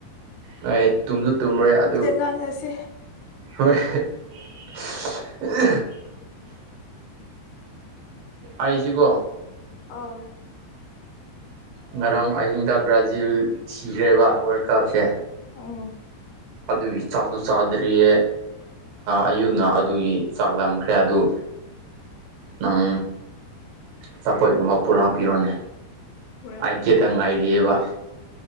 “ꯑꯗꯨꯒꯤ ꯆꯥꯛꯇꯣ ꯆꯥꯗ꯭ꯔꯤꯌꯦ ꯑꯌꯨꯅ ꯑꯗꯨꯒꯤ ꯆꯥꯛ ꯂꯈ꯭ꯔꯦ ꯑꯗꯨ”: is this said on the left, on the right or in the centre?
Right